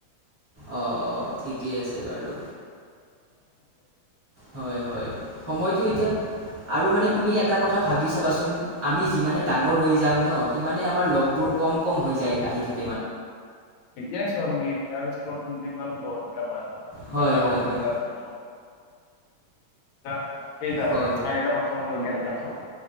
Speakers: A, on the right; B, on the left.
A: অ অ ঠিকেই আছে বাৰু, হয় হয় সময়টো এতিয়া আৰু মানে তুমি এটা কথা ভাবি চাবাচোন, আমি যিমানে ডাঙৰ হৈ যাম ন সিমানে আমাৰ লগবোৰ কম কম হৈ যায় আহি থাক
B: এতিয়াই চোৱা তুমি তাৰ স্কুলত <inaudible> কিমান লগ আছিলে আমাৰ কিমান
A: হয়
B: ডাঙৰ
A: হয় হয়
B: গ্ৰুপ এটা <inaudible> কেইটা
A: হয়
B: চাৰিটা পাঁচটামান লোগে এনেকে আছো <inaudible>